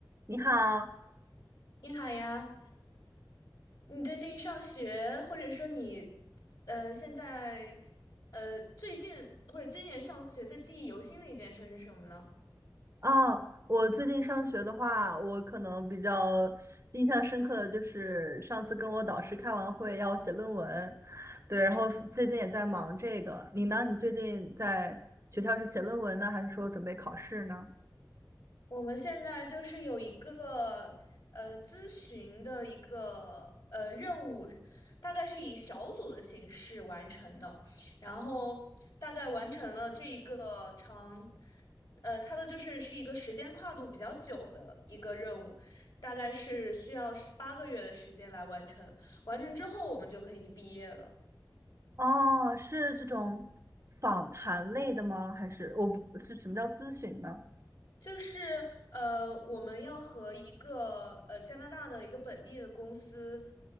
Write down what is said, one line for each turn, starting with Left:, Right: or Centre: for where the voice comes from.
Right: 你好，
Left: 你好呀，你最近上学，或者说你，呃，现在，呃，最近或者今年上学最记忆犹新的一件事是什么呢？
Right: 哦，我最近上学的话，我可能比较印象深刻的就是上次跟我导师开完会要写论文，对，然后最近也在忙这个。你呢？你最近在学校是写论文呢，还是说准备考试呢？
Left: 我们现在就是有一个呃咨询的一个呃任务，大概是以小组的形式完成的，然后大概完成了这一个长，呃，它的就是是一个时间跨度比较久的一个任务，大概是需要十八个月的时间来完成，完成之后我们就可以毕业了。
Right: 哦，是这种访谈类的吗？还是我不是什么叫咨询呢？
Left: 就是呃，我们要和一个呃加拿大的一个本地的公司，